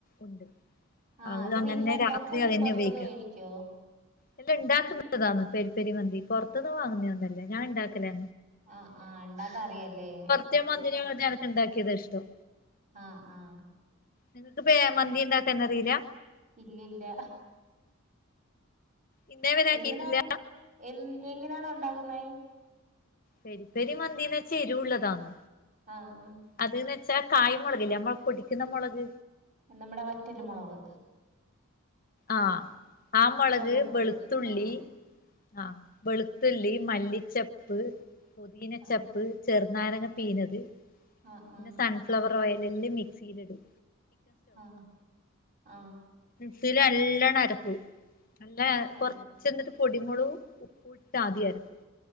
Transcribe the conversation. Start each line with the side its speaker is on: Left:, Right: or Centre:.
Left: ഉണ്ട്.
Right: ആ
Left: അത് അങ്ങനെ
Right: വീട്ടില് ഉണ്ടാക്കോ
Left: രാത്രി
Right: അത്
Left: അതന്നെ
Right: പുറത്തുന്ന്
Left: ഉപയോഗിക്ക.
Right: മേടിക്കോ
Left: അല്ല ഇണ്ടാക്കുന്നതാണ് തെരിതെരി മന്തി. പുറത്തുനിന്ന് വാങ്ങുന്നതൊന്നല്ല ഞാൻ ഇണ്ടാക്കലന്നെ.
Right: ആ ആ ണ്ടാക്ക അറിയല്ലേ
Left: മറ്റെ മന്തിനെകാട്ടി എനക്ക്ണ്ടാക്കിയതാ ഇഷ്ടം.
Right: ആ ആ
Left: നിങ്ങക്ക് പേ മന്തി ണ്ടാക്കാന്നറില്ലാ
Right: ഇല്ലില്ല.
Left: ഇന്നേ വരെ ആക്കിയിട്ടില്ല
Right: എങ്ങനെണ് എ എങ്ങനെണ് ഉണ്ടാക്കുന്നെ
Left: തെരി തെരിമന്തീന്ന് വെച്ച എരുവു ള്ളതാാണ്.
Right: ആ അ
Left: അത് ന്ന് വെച്ചാ കായ് മുളക്ല്ലേ നമ്മൾ പൊടിക്കുന്ന മുളക്.
Right: നിമ്മടെ വറ്റൽ മുളവ്
Left: ആ ആ മുളക്
Right: ചുമപ്പ്
Left: വെളുത്തുള്ളി
Right: ആ
Left: ആ വെളുത്തുള്ളി മല്ലിച്ചപ്പ് പുദീനച്ചപ്പ്
Right: ആ
Left: ചെറുനാരങ്ങ പീനത് പിന്നെ
Right: ആ ആ
Left: സൺഫ്ലവർ ഓയില് മിക്സിയില്ടും.
Right: ആ ആ
Left: മിക്സില് നല്ലണം അരപ്പ <inaudible> നല്ല
Right: ആഹ്
Left: കൊറച്ചെന്നിട്ട് പൊടിമള <unintelligible> ട്ട് ആദ്യരക്കും